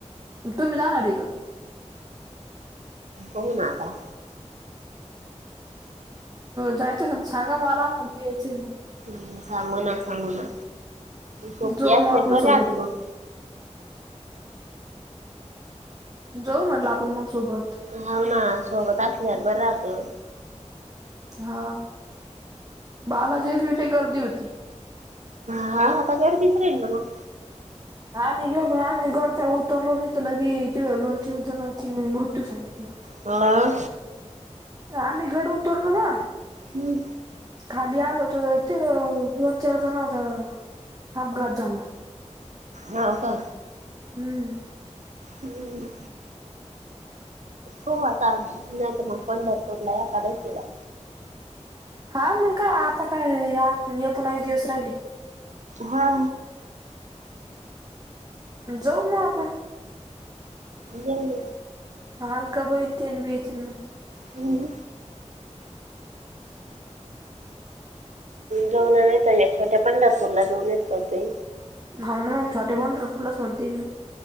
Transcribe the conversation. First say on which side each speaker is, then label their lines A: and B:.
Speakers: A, on the right; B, on the right.
A: तुम जा आठे का?
B: बना आ का.
A: जायचंस सांगा मला आमल बि यायचंय म.
B: ् सांगू ना सांगू ना सोपे
A: जाऊ
B: असले
A: मग आपण
B: बर
A: सोबत.
B: आहात मग.
A: जाऊ म्हटलं आपण मग सोबत.
B: हव ना सोबत असल्यावर बरं राहतं.
A: हा बालाजीर मथे गर्दी होती.
B: हा आता गरदीच राेल ना मग.
A: आम्ही गेलो आम्ही गडता उतरलो नाही तर लगे च चिड जणाची मृत्यू सांगितला.
B: ह..
A: आम्ही गड उतरलो ना.
B: हम्.
A: खाली आल होत ति दोन चार जण आता. अपघात झाला
B: हाव का
A: हम्म.
B: हम्म. हो आता नाहीत मग पंढरपूरला एकादशीला.
A: हा मग का आता काय एकोणास दिवस राहिली.
B: हा
A: जाऊ मग आपण.
B: बज.
A: हल का बतीयन भीतीिन.
B: हम्म जऊन येत या ेवट्या पंढरपूरला जाऊन येतते.
A: हा ना मग छोटे बन रुलस म्हणते मी.